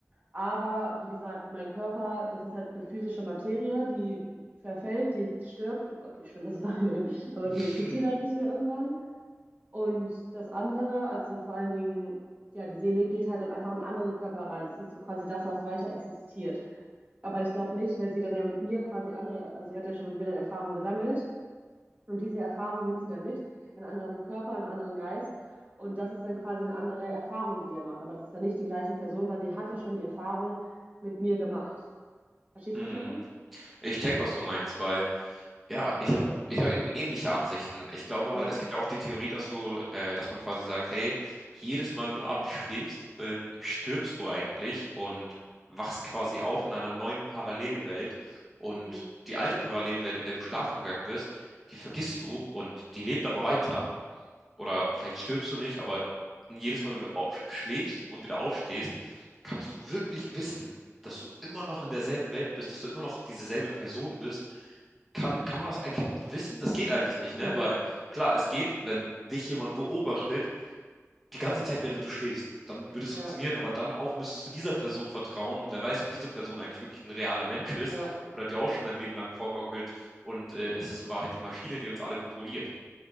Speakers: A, on the right; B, in the centre.
A: Aber wie gesagt, mein Körper, das ist halt eine physische Materie, die verfällt, die stirbt. Oh Gott, wie schlimm ist es eigentlich? <laughs> Aber die
B: Hm.
A: existiert halt nicht mehr irgendwann. Und das andere, also vor allen Dingen, ja, die Seele geht halt dann einfach in einen anderen Körper rein. Das ist so quasi das, was weiter existiert. Aber ich glaube nicht, weil sie dann ja mit mir quasi andere, also sie hat ja schon mit mir dann Erfahrung gesammelt und diese Erfahrung nimmt sie dann mit in einen anderen Körper, in einen anderen Geist und das ist dann quasi eine andere Erfahrung, die die dann macht. Aber das ist dann nicht die gleiche Person, weil sie hat ja schon die Erfahrung mit mir gemacht. Verstehst
B: Mhm.
A: du, was ich meine?
B: Ich check, was du meinst, weil Ja, ich habe ich hab eben ähnliche Ansichten. Ich glaube
A: Mhm.
B: halt, es gibt ja auch die Theorie, dass du, äh, dass man quasi sagt, hey, jedes Mal, wenn du abends schläfst, ähm, stirbst du eigentlich und wachst quasi auf in einer neuen Parallelwelt und
A: Mhm.
B: die alte Parallelwelt, in der du schlafen gegangen bist, die vergisst du und die lebt aber weiter oder vielleicht stirbst du nicht, aber jedes Mal, wenn du auf, schläfst und wieder aufstehst, kannst du wirklich wissen, dass du immer noch in derselben Welt bist, dass du immer noch dieselbe Person bist. Kann, kann man das eigentlich wissen? Das geht eigentlich nicht, ne?
A: Nee.
B: Weil klar, es geht, wenn dich jemand beobachtet, die ganze Zeit, während du schläfst, dann würde es
A: Ja.
B: funktionieren, aber dann auch müsstest du dieser Person vertrauen und wer weiß, ob diese Person eigentlich wirklich ein realer Mensch ist
A: Ja.
B: oder dir auch schon dein Leben lang vorgaukelt und äh, es ist in Wahrheit die Maschine, die uns alle kontrolliert.